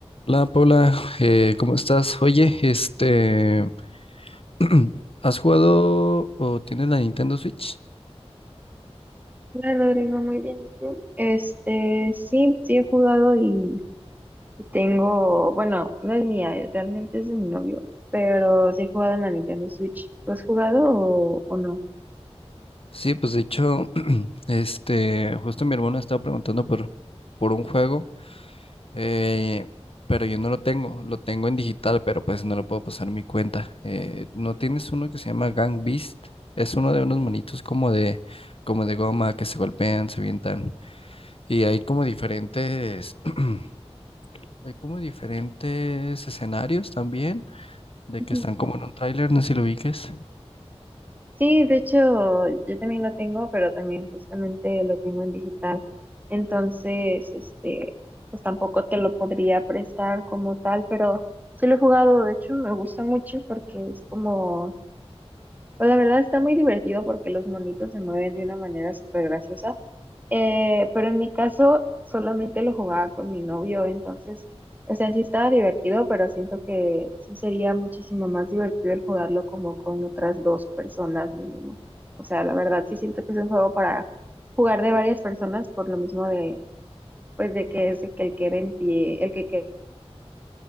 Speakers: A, on the left (about 60°); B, on the right (about 15°).
A: Hola Paula, eh, ¿cómo estás? Oye, este, <clears throat> ¿has jugado o tienes la Nintendo Switch?
B: Hola Rodrigo, muy bien. ¿Y tú? Este, sí, sí he jugado y, y tengo, bueno, no es mía, eh, realmente es de mi novio, pero sí he jugado en la Nintendo Switch. ¿Lo has jugado o, o no?
A: Sí, pues de hecho, <clears throat> este, justo mi hermano estaba preguntando por, por un juego, eh, pero yo no lo tengo, lo tengo en digital, pero pues no lo puedo pasar en mi cuenta. Eh, ¿no tienes uno que se llama Gang Beast? Es uno de unos monitos como de, como de goma que se golpean, se avientan, y hay como diferentes <clears throat> Hay como diferentes escenarios también, de
B: Ujú.
A: que están como en un tráiler, no sé si lo ubiques.
B: Sí, de hecho, yo también lo tengo, pero también justamente lo tengo en digital. Entonces, este, pues tampoco te lo podría prestar como tal, pero sí lo he jugado. De hecho, me gusta mucho porque es como Pues la verdad está muy divertido porque los monitos se mueven de una manera súper graciosa. Eh, pero en mi caso solamente lo jugaba con mi novio, entonces, o sea, sí estaba divertido, pero siento que sí sería muchísimo más divertido el jugarlo como con otras dos personas mínimo. O sea, la verdad sí siento que es un juego para jugar de varias personas por lo mismo de, pues de que es de que el que quede en pie, el que quede